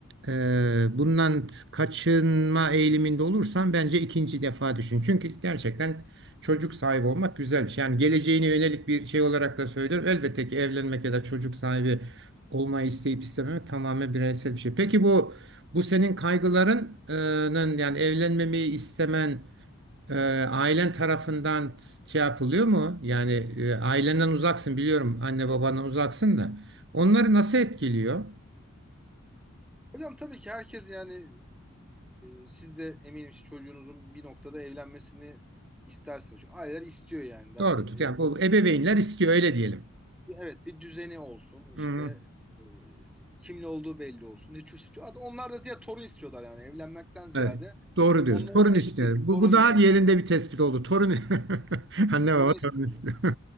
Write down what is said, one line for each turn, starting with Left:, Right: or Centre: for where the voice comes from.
Right: ee, bundan kaçınma eğiliminde olursan bence ikinci defa düşün. Çünkü gerçekten çocuk sahibi olmak güzel bir şey. Yani geleceğine yönelik bir şey olarak da söylüyorum. Elbette ki evlenmek ya da çocuk sahibi olmayı isteyip istememek tamamen bireysel bir şey. Peki bu bu senin kaygılarının yani evlenmemeyi istemen e, ailen tarafından şey yapılıyor mu? Yani e, ailenden uzaksın biliyorum. Anne babandan uzaksın da. Onları nasıl etkiliyor?
Centre: Hocam tabii ki herkes yani e, siz de eminim ki çocuğunuzun bir noktada evlenmesini istersiniz. Çünkü aileler istiyor yani. Da,
Right: Doğrudur. Yani
Centre: e,
Right: bu ebeveynler istiyor öyle diyelim.
Centre: Evet bir düzeni olsun işte
Right: Hı, hı.
Centre: e, kimle olduğu belli olsun. Hiç, hiç, hatta onlar da ziyade torun istiyorlar yani evlenmekten ziyade.
Right: evet. Doğru
Centre: Onların
Right: diyorsun. Torun
Centre: da
Right: istiyor.
Centre: istediği torun
Right: Bu, bu
Centre: yani.
Right: daha yerinde bir tespit oldu. Torun <laughs> anne
Centre: Torun
Right: baba torun
Centre: istiyorlar.
Right: istiyor.